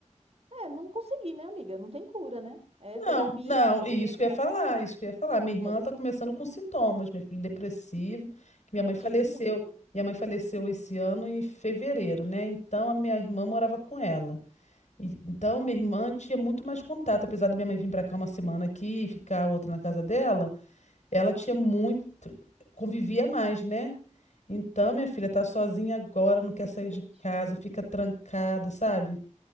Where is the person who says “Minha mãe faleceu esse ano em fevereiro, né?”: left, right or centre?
Left